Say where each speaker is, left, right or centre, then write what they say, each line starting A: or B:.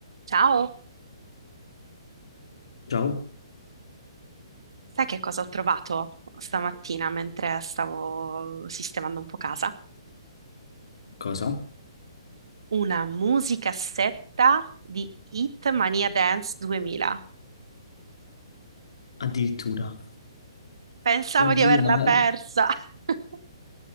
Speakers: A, on the right (about 70°); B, on the left (about 70°).
A: Ciao,
B: Ciao,
A: sai che cosa ho trovato stamattina mentre stavo sistemando un po' casa?
B: cosa?
A: Una musicassetta di Hit Mania Dance 2000.
B: Addirittura.
A: Pensavo
B: Oddio,
A: di averla
B: ma,
A: persa. <laughs>